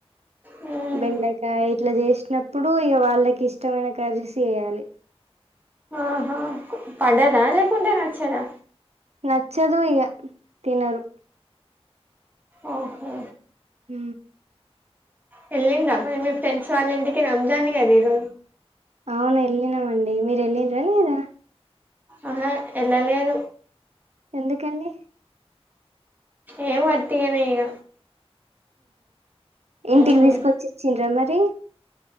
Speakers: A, on the right; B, on the right.
A: మ్మ్
B: బెండకాయ ఇట్లా జేషిన ఇప్పుడు ఇక వాళ్ళకి ఇష్టమైన కర్రీస్ చేయాలి
A: ఆహా పడదా లేకుంటే నచ్చదా
B: నచ్చదు ఈగ తినరు
A: ఓహో
B: ఉ
A: వెళ్లింరా మరి మీ ఫ్రెండ్స్ వాళ్ళింటికి రంజాన్ కదా ఈరోజు
B: అవును వెళ్ళినామండి మీరు వెళ్ళండ్రా లేదా
A: ఆహా ఎల్లాలేదు
B: ఎందుకండి
A: ఏ వట్టిగానే ఇగ
B: ఇంటికి
A: మ్మ్
B: తీసుకొచ్చి ఇచ్చిండ్రా మరి